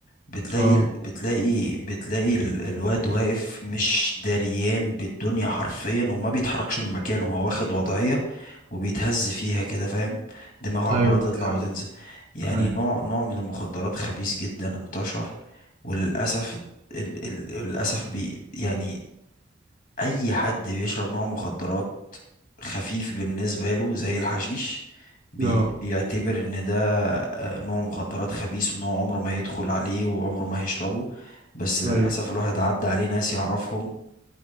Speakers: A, on the left (about 45°); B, on the right (about 40°).
A: بتلاقي
B: اه
A: بتلاقي بتلاقي ال- الواد واقف مش دريان بالدنيا حرفيا وما بيتحركش من مكانه هو واخد وضعية وبيتهز فيها كده فاهم دماغه عمالة
B: ايوه
A: تطلع
B: دي حقيقة
A: وتنزل يعني
B: ايوه
A: نوع نوع من المخدرات خبيث جدا انتشر وللأسف ال- ال- للأسف بي يعني أي حد بيشرب نوع مخدرات خفيف بالنسبة له زي الحشيش بي-
B: اه
A: بيعتبر ان ده آه، نوع مخدرات خبيث وان هو عمره ما هيدخل عليه وعمره ما هيشربه بس للأسف
B: ايوه
A: الواحد عدى عليه ناس يعرفهم